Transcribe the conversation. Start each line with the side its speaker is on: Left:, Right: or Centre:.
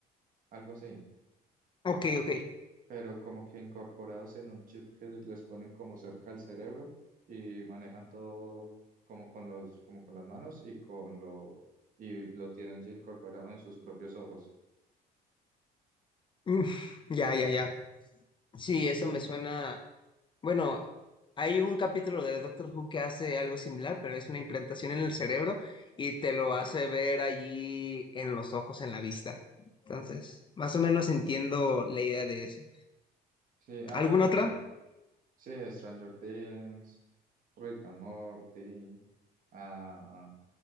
Right: algo así
Left: Ok, ok.
Right: pero como que incorporados en un chip que les ponen como cerca al cerebro y manejan todo como con los, como con las manos y con lo, y lo tienen ya incorporado en sus propios ojos.
Left: Mm, Ya, ya, ya. Sí, eso me suena. Bueno, hay un capítulo de Doctor Who que hace algo similar, pero es una implantación en el cerebro y te lo
Right: Ajá.
Left: hace ver allí en los ojos, en la vista. Entonces, más o menos entiendo la idea de eso.
Right: Sí, ah,
Left: ¿Alguna
Right: bueno,
Left: otra?
Right: sí, Stranger Things, Rick and Morty, ah,